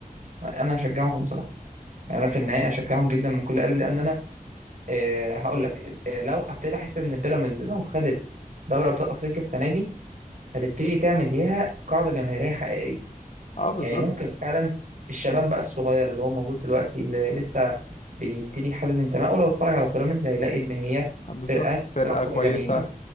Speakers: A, on the right (about 60°); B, on the left (about 50°).
A: انا هشجعهم بصراحه يعني انا في النهائي هشجعهم جدا من كل قلبي لان انا آه هقول لك آه لو ابتديت احس ان بيراميدز لو خدت دوري ابطال افريقيا السنه دي هتبتدي تعمل ليها قاعده جماهيريه حقيقيه
B: اه بالظبط
A: يعني ممكن فعلا الشباب بقى الصغير اللي هو موجود دلوقتي اللي لسه بيبتدي يحدد انتمائه لو اتفرج على بيراميدز هيلاقي ان هي
B: آه، بالظبط
A: فرقه
B: فرقة
A: بتلعب كوره
B: كويسة
A: جميله